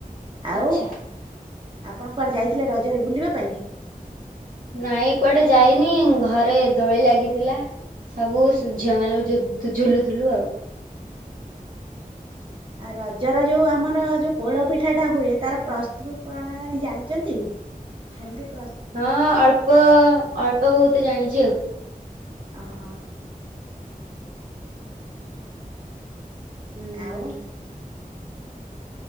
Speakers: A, on the right; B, on the right.
A: ଆଉ
B: ଆଚ୍ଛା।
A: ଆପଣ କୁଆଡେ ଯାଇଥିଲେ ରଜରେ ବୁଲିବା ପାଇଁ?
B: ନାଇଁ କୁଆଡେ ଯାଇନି ଘରେ ଦୋଳି ଲାଗିଥିଲା। ସବୁ ଝିଅ ମାନଙ୍କୁ ଝୁଲୁଥିଲୁ ଆଉ।
A: ଆଃ ରଜର ଯୋଉ ଆମର ଯୋଉ ପୋଡ ପିଠା ଟା ହୁଏ ତାର ପ୍ରସ୍ତୁତ ପ୍ରଣାଳୀ ଜାଣିଛନ୍ତି? ଯେମିତି
B: ହଁ ଅଳ୍ପ ଅଳ୍ପ ବହୁତ ଜାଣିଛି ଆଉ।
A: ଓ ହୋ।
B: ହୁଁ।
A: ଆଉ